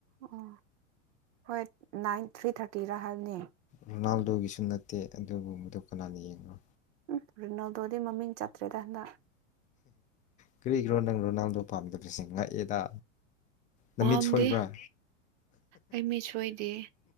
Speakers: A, on the right; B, on the left.
A: ꯑꯣ ꯍꯣꯏ ꯅꯥꯏꯟ ꯊ꯭ꯔꯤ ꯊꯥꯔꯇꯤꯔ ꯍꯥꯏꯕꯅꯦ
B: ꯔꯣꯅꯥꯜꯗꯣꯒꯤꯁꯨ ꯅꯠꯇꯦ ꯑꯗꯨꯕꯨ ꯃꯗꯨ ꯀꯅꯥꯅ ꯌꯦꯡꯉꯣ
A: ꯎꯝ ꯔꯤꯅꯣꯜꯗꯣꯗꯤ ꯃꯃꯤꯡ ꯆꯠꯇ꯭ꯔꯦꯗ ꯍꯟꯗꯛ
B: ꯀꯔꯤꯒꯤꯔꯣ ꯅꯪꯅꯣ ꯅꯪꯗꯣ ꯄꯥꯝꯗꯕꯁꯦ ꯉꯛꯑꯦꯗ ꯅ
A: ꯄꯥꯝꯗꯦ
B: ꯃꯤꯠ ꯁꯣꯏꯕ꯭ꯔꯥ
A: ꯑꯩ ꯃꯤꯠ ꯁꯣꯏꯗꯦ